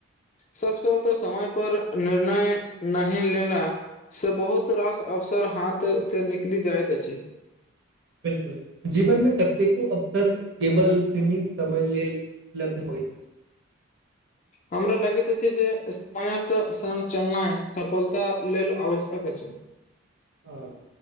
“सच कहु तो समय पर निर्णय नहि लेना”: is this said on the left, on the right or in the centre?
Left